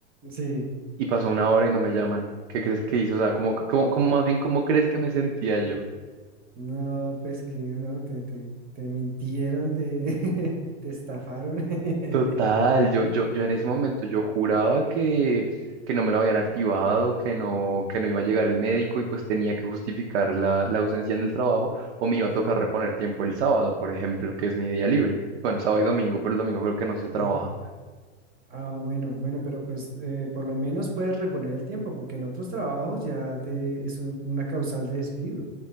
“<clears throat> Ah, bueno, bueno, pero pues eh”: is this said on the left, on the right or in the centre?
Right